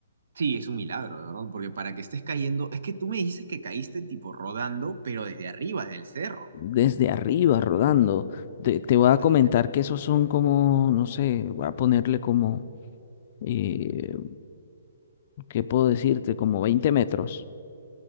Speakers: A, on the right; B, on the left.
A: sí, es un milagro, de verdad, porque para que estés cayendo, es que tú me dices que caíste tipo rodando, pero desde arriba, desde el cerro.
B: Desde arriba, rodando. Te, te voy a
A: ¡Hala!
B: comentar que esos son como, no sé, voy a ponerle como, eh, ¿qué puedo decirte? Como 20 metros.